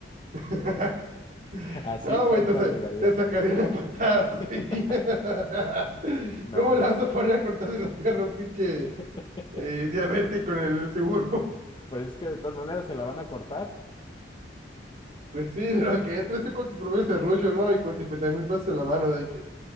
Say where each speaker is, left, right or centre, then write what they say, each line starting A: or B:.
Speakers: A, on the right; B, on the left.
A: <laughs>
B: Así
A: No,
B: tal
A: güey, te,
B: cual
A: sa-
B: llegaría.
A: te sacarían la patada,
B: <laughs>
A: sí. <laughs>
B: No,
A: ¿Cómo
B: hombre.
A: le vas a poner a cortarle la pierna a un pinche
B: <laughs>
A: eh, diabético en el seguro? <laughs>
B: Pues es que de todas maneras se la van a cortar
A: Pues sí, pero que entre este cuerpo promedio serrucho, ¿no? Y con cincuenta mil pesos en la mano, de que,